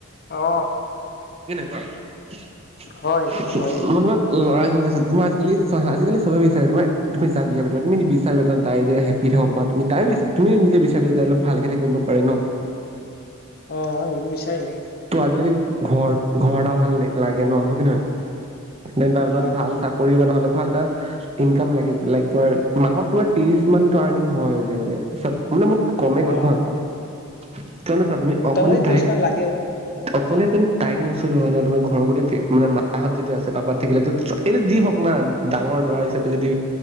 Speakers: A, on the left; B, on the right.
A: অ
B: <unintelligible> মই তোমাক
A: হয় এইটোতো হয়েই
B: লৰাজন তোমাৰ আজিকালি আজিকালি চবে বিচাৰে তোমাৰ তুমি যাক বিয়া পাতিবা তুমি বিচাৰা তাই যে হেপ্পি থাকক বা তুমি তাই বিচ তুমি নিজে বিচাৰি যে তাই অলপ ভালকে থাকিব পাৰে ন
A: অ সেইটোতো বিচাৰিম
B: ত' আজিকালি ঘৰ ঘৰটা ভাল লাগে ন হয় কি নহয় দেন তাৰপিছত
A: হয়
B: ভাল চাকৰি বা নহ'লে ভাল এটা ইনকাম লাগে লাইক তাৰ মাহত তোমাৰ ত্ৰিশ মান ত এদিন যে মানে চব <unintelligible> কমে
A: অ
B: কৈছো হা <unintelligible> কিয় নো তুমি চোৱা
A: মোটামুটি
B: অকলে
A: ত্ৰিশ
B: তাইক
A: মান লাগেও
B: অকলেতো তাইক নচলোৱা ন তোমাৰ ঘৰৰ গোটেই ফে মানে মাহঁত যদি আছে পাপাত থাকিলে এইটো যি হওক না ডাঙৰ ল'ৰা হিচাপে যদি